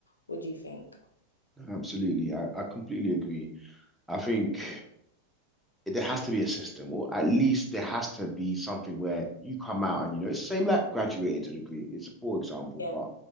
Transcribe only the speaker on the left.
What do you think?
Yeah,